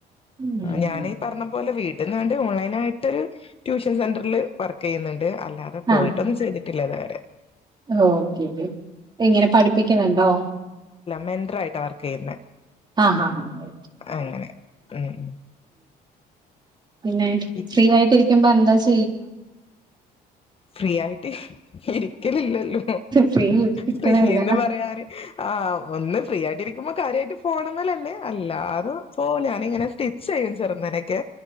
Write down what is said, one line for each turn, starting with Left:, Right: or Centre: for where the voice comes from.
Right: ഉം
Left: ഞാനീ പറഞ്ഞ പോലെ വീട്ട ന്നാണ്ട് ഓൺലൈനായിട്ട് <unintelligible> ട്യൂഷൻ സെന്റർല് വർക്ക് ചെയ്യുന്ന് ണ്ട് അല്ലാതെ പോയിട്ടൊന്നും
Right: ആഹ്
Left: ചെയ് <unintelligible>
Right: <unintelligible> ഇങ്ങനെ പഠിപ്പിക്കുന്നുണ്ടോ
Left: മെന്ററായിട്ട് വർക്ക് ചെയ്യുന്നെ
Right: ആ ഹാ ഹാ
Left: അങ്ങനെ ഉം
Right: പിന്നെ
Left: ഈ
Right: ഫ്രീ ആയിട്ടിരിക്കുമ്പോ എന്താ ചെ
Left: ഫ്രീ ആയിട്ടി ഇരിക്കലില്ല
Right: ഫ്രീ കിട്ടണില്ല
Left: ഫ്രീന്ന് പറയാന് ആ് ഒന്ന് ഫ്രീ ആയിട്ടിരിക്കുമ്പോ കാര്യമായിട്ട്ഫോണമെല് അല്ല അത് പോ ഞാനിങ്ങനെ സ്റ്റിച്ച് ചെയ്യും ചെരുതായിട്ട്